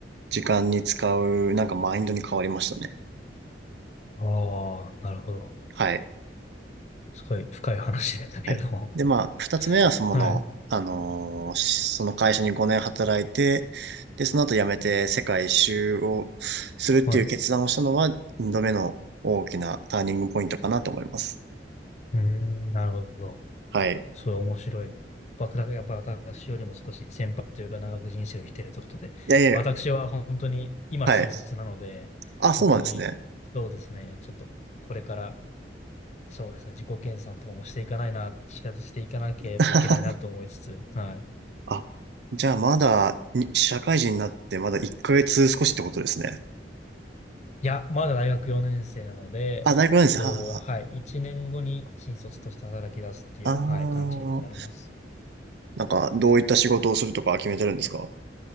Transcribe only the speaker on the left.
あ、あーなるほど。
すごい深い話でしたけれども。
はい、
はい。う
ーん、なるほど。
すごい面白い。僕だからやっぱ私よりも少し先輩というか長く人生を生きてるということで、
まあ私は本当に今新卒なので、
本当にそうですね、ちょっとこれからそうですね、自己研鑽とかもしていかないな、仕方していかなければいけないなと思いつつ、
はい。
いや、まだ大学4年生なので、
えっと、
はい、
1年後に新卒として働き出すっていう、
はい、感じになります。